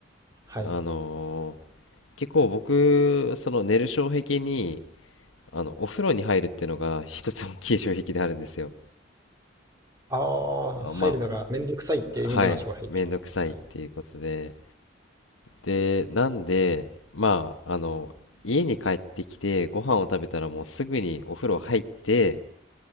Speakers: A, on the right; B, on the left.
A: はい。
B: あの結構僕その寝る障壁にあのお風呂に入るっていうのが一つ <laughs> 大きい障壁であるんですよ
A: ああ、
B: あま
A: 入るのがめんどくさいっていう意味での障壁。
B: はい、めんどくさいっていうことで、
A: はい。
B: で、なんで、まあ、あの、家に帰ってきて、ご飯を食べたらもうすぐにお風呂入って、